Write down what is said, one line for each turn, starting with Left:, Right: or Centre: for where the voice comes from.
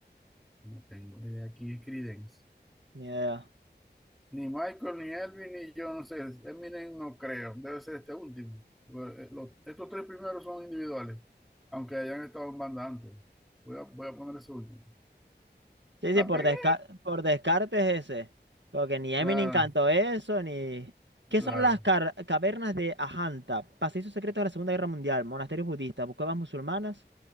Centre: No tengo idea quién es Creedence.
Right: Ni idea.
Centre: Ni Michael, ni Elvin, ni yo, no sé. Eminem no creo. Debe ser este último. eh, los- estos tres primeros son individuales, aunque hayan estado en banda antes. Voy a, voy a poner ese último.
Right: Sí,
Centre: ¡La
Right: sí, por
Centre: pegué!
Right: desca- por descartes ese. Porque ni Eminem
Centre: Claro,
Right: cantó eso, ni... ¿Qué
Centre: claro.
Right: son las car- cavernas de Ajanta? Pasillos secretos de la Segunda Guerra Mundial, monasterios budistas, cuevas musulmanas,